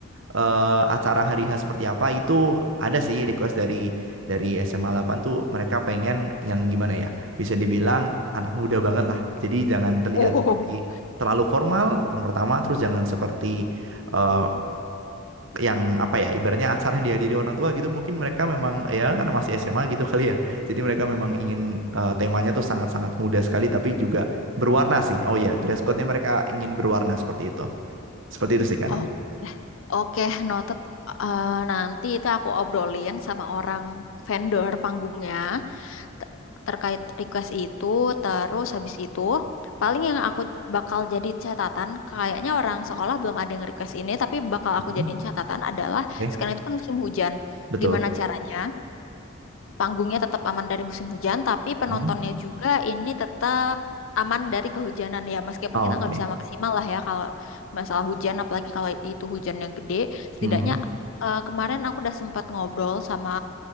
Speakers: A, on the right (about 65°); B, on the left (about 70°).
A: eh, acara hari H seperti apa itu ada sih request dari dari SMA 8 tuh mereka pengen yang gimana ya? Bisa dibilang anak muda banget lah. Jadi jangan terlihat
B: Oh.
A: seperti terlalu formal yang pertama, terus jangan seperti eh, yang apa ya ibaratnya acara yang dihadiri orang tua gitu mungkin mereka memang ya kan masih SMA gitu kali ya jadi mereka memang ingin eh, temanya tuh sangat-sangat muda sekali tapi juga berwarna sih oh ya dress code-nya mereka ingin berwarna seperti itu seperti itu sih Kanong
B: Oke, Oke, noted. Eh, nanti itu aku obrolin sama orang vendor panggungnya. te- terkait request itu terus habis itu paling yang aku bakal jadi catatan kayaknya orang sekolah belum ada yang request ini tapi bakal aku
A: Mhm.
B: jadiin catatan adalah
A: Oke.
B: sekarang itu kan musim hujan
A: betul
B: gimana caranya panggungnya tetap aman dari musim hujan, tapi penontonnya
A: Mhm.
B: juga ini tetap aman dari kehujanan ya. Meskipun
A: Oh,
B: kita
A: oke
B: nggak bisa maksimal lah ya kalau masalah hujan, apalagi kalau itu hujan yang gede. Setidaknya
A: mm
B: eh, kemarin aku udah sempat ngobrol sama